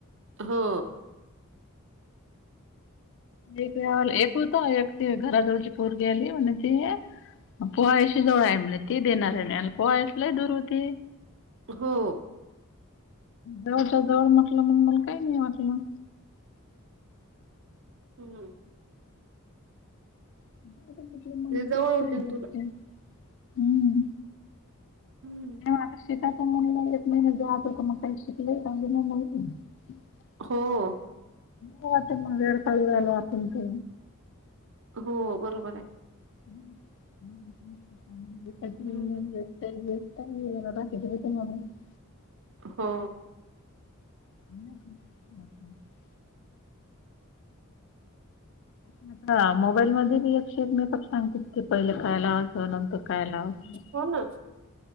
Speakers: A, on the right; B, on the left.
A: हो
B: एक होत एक ती घराजवळची पोरगी आली म्हण ते पोहायशी जवळ आहे म्हणे ते देणार आहे म्हणे. आणि पोहायस लय दूर होते.
A: हो
B: जवळच्या जवळ म्हटलं मग मला काही नाही वाटलं.
A: हम्म
B: <inaudible>
A: ते जवळ होते
B: आहे बघते
A: ना तुला.
B: हम्म.
A: हम्म.
B: <unintelligible>
A: हो हो
B: का आता मग वेळ काढू राहिलो आपण इथ.
A: हो बरोबर आहे.
B: <unintelligible>
A: हम्म.
B: <unintelligible>
A: हो
B: <inaudible> <inaudible> हा मोबाईल मध्ये मी एकशे एक मेकअप सांगते की. पहिलं काय लावायच नंतर काय लावायच.
A: हो ना.